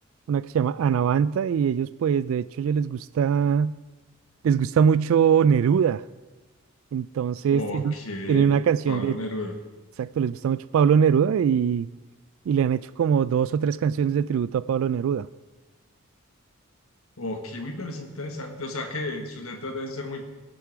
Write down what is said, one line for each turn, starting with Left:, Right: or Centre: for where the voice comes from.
Right: una que se llama Anavanta y ellos pues de hecho ellos les gusta, les gusta mucho Neruda, entonces
Left: Ok,
Right: tienen tienen una canción
Left: Pablo
Right: de,
Left: Neruda.
Right: exacto, les gusta mucho Pablo Neruda y, y le han hecho como dos o tres canciones de tributo a Pablo Neruda.
Left: Ok, uy, pero es interesante. O sea que sus letras deben ser muy